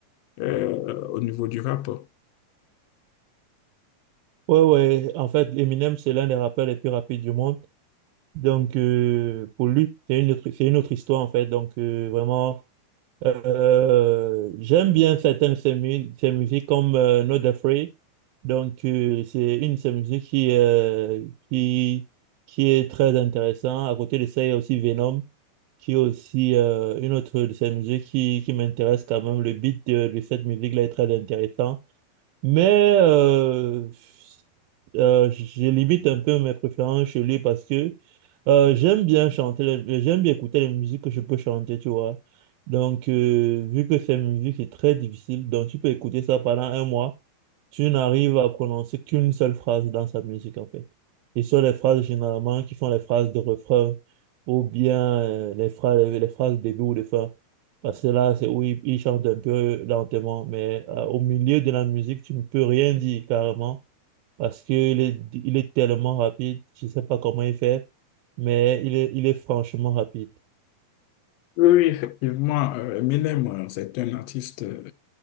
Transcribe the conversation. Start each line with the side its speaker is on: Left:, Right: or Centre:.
Left: euh, au niveau du rap.
Right: Ouais, ouais, en fait, Eminem, c'est l'un des rappeurs les plus rapides du monde. Donc, euh, pour lui, c'est une autre, c'est une autre histoire, en fait. Donc, euh, vraiment, euh, j'aime bien certaines de ses, mu- ses musiques, comme euh, Not Afraid. Donc, euh, c'est une de ses musiques qui, euh, qui, qui est très intéressante. À côté de ça, il y a aussi Venom, qui est aussi euh, une autre de ses musiques qui, qui m'intéresse quand même. Le beat de, de cette musique-là est très intéressant. Mais euh, euh, j'ai limite un peu mes préférences chez lui parce que euh, j'aime bien chanter, les- j'aime bien écouter les musiques que je peux chanter, tu vois. Donc, euh, vu que ces musiques, c'est très difficile, donc tu peux écouter ça pendant un mois, tu n'arrives à prononcer qu'une seule phrase dans sa musique, en fait. Et ce sont les phrases généralement qui font les phrases de refrain ou bien euh, les phrases, les phrases de début ou de fin. Parce que là, c'est où il, il chante un peu lentement, mais euh, au milieu de la musique, tu ne peux rien dire carrément, parce qu'il est, il est tellement rapide, je ne sais pas comment il fait, mais il est, il est franchement rapide.
Left: Oui, oui, effectivement, euh, Eminem, euh, c'est un artiste euh,